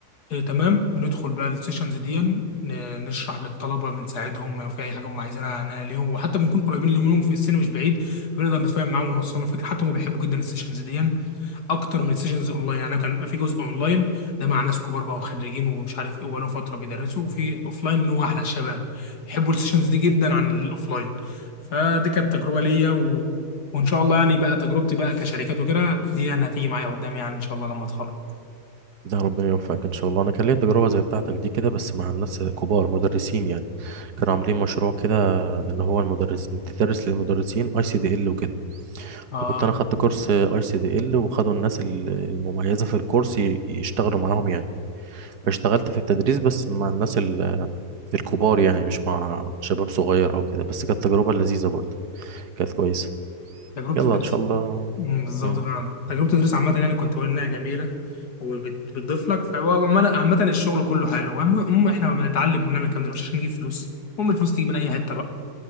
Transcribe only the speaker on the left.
اه تمام بندخل بقى السيشنز دي ن- نشرح للطلبه بنساعدهم لو في اي حاجه هم عايزينها انا ليهم وحتى بنكون قريبين لهم في السن مش بعيد فبنقدر نتفاهم معاهم ونوصلهم الفكره حتى هم بيحبوا جدا السيشنز دي اكتر من السيشنز اونلاين يعني كان بيبقى في جزء اونلاين ده مع ناس كبار بقى وخريجين ومش عارف ايه وبقالهم فتره بيدرسوا وفي اوفلاين اللي هو احلى الشباب بيحبوا السيشنز دي جدا عن الاوفلاين فدي كانت تجربه ليا و... وان شاء الله يعني بقى تجربتي بقى كشركات وكده دي يعني هتيجي معايا قدام يعني ان شاء الله لما اتخرج
اه
تجربه
الدرس
أمم، بالظبط
فعلا تجربه الدرس عامه يعني كنت بقول انها جميله وبتضيف لك فهو عامه عامة الشغل كله حلو المهم احنا بنتعلم وبنعمل الكلام ده مش عشان نجيب فلوس المهم الفلوس تيجي من اي حته بقى